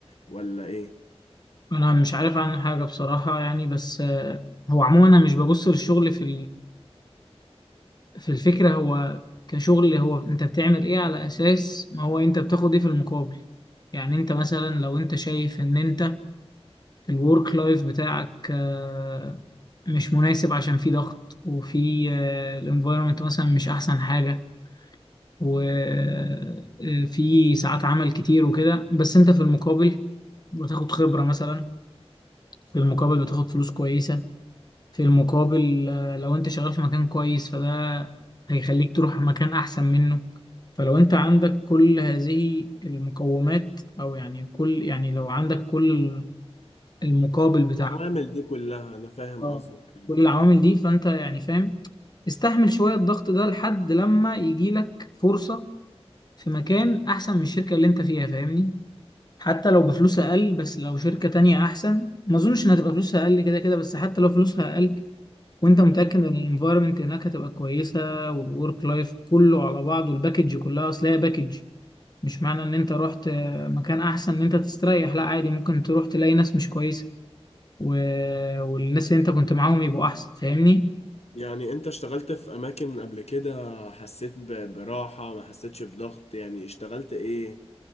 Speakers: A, on the left; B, on the left.
A: ولا ايه
B: انا مش عارف عنه حاجة بصراحة يعني بس آه، هو عموما انا مش ببص للشغل في في الفكرة هو كشغل هو انت بتعمل ايه على اساس ما هو انت بتاخد ايه في المقابل يعني انت مثلا لو انت شايف ان انت الورك لايف بتاعك آه، مش مناسب عشان في ضغط وفي الانفايرمنت مثلا مش احسن حاجة وفي ساعات عمل كتير وكده بس انت في المقابل بتاخد خبرة مثلا في المقابل بتاخد فلوس كويسة في المقابل آه، لو انت شغال في مكان كويس فده هيخليك تروح مكان احسن منه فلو انت عندك كل هذه المقومات او يعني كل يعني لو عندك كل ال- المقابل بتاع
A: العوامل دي كلها انا فاهم
B: اه
A: قصدك
B: كل العوامل دي فانت يعني فاهم استحمل شوية الضغط ده لحد لما يجي لك فرصة في مكان احسن من الشركة اللي انت فيها فاهمني حتى لو بفلوس اقل بس لو شركة تانية احسن ما اظنش انها تبقى فلوسها اقل كده كده بس حتى لو فلوسها اقل وانت متاكد ان الانفايرمنت هناك هتبقى كويسه والورك لايف كله على بعضه الباكج كلها اصل هي باكج مش معنى ان انت رحت مكان احسن ان انت تستريح لا عادي ممكن تروح تلاقي ناس مش كويسه و... والناس اللي انت كنت معاهم يبقوا احسن فاهمني
A: يعني انت اشتغلت في اماكن قبل كده حسيت ب- براحة ما حسيتش بضغط يعني اشتغلت ايه